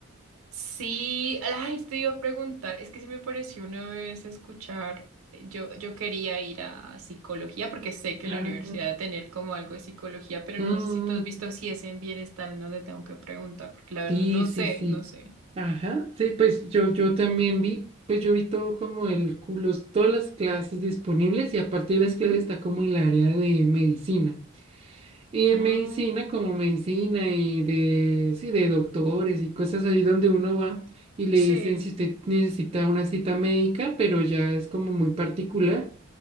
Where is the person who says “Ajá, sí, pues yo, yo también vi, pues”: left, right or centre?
Right